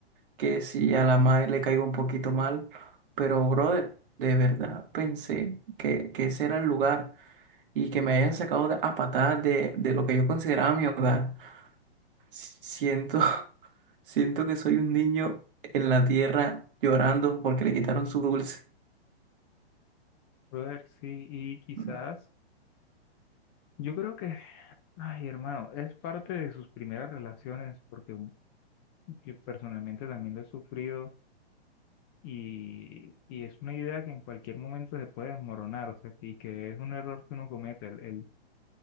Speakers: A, on the right; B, on the left.
A: que si a la madre le caigo un poquito mal, pero brother, de verdad pensé que, que ese era el lugar y que me hayan sacado de- a patadas de, de lo que yo consideraba mi hogar. Si- Siento, <laughs> siento que soy un niño en la tierra llorando porque le quitaron su dulce.
B: Brother, sí, y quizás,
A: Mm,
B: yo creo que, ay, hermano, es parte de sus primeras relaciones, porque un- yo personalmente también lo he sufrido y, y es una idea que en cualquier momento se puede desmoronar, o sea, y que es un error que uno comete, el, el-